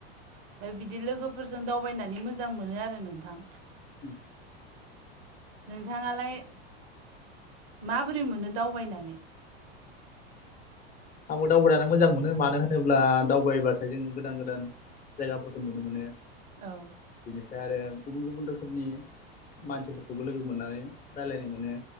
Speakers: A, on the right; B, on the left.
A: ओमफफ्राय बिदि लोगोफोरजों दावबायनानै मोजां मोनो आरो नोंथां
B: उम
A: नोंथाङालाय माबोरै मोनो दावबायनानै
B: आंबो दावबायानो मोजां मोनो मानो होनोब्ला दावबायबाथाय जोङो गोदान गोदान जायगाफोरखौ नुनो मोनो
A: औ
B: बेनिफ्राय आरो गुबुन गुबुन रोखोमनि मानसिफोरखौबो लोगो मोननानै रायज्लायनो मोनो